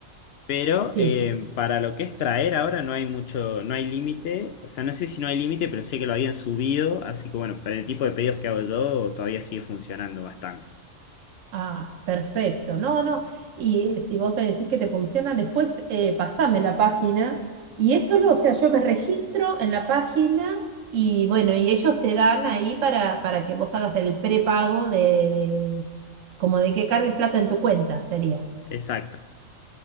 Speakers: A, on the left; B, on the right.
A: Pero
B: Sí.
A: eh, para lo que es traer ahora no hay mucho, no hay límite. O sea, no sé si no hay límite, pero sé que lo habían subido. Así que bueno, para el tipo de pedidos que hago yo todavía sigue funcionando bastante.
B: Ah, perfecto. No, no. Y eh, si vos me decís que te funciona, después eh, pasame la página. Y es solo, o sea, yo me registro en la página y bueno, y ellos te dan ahí para, para que vos hagas el prepago de, de- como de que cargues plata en tu cuenta, sería.
A: Exacto.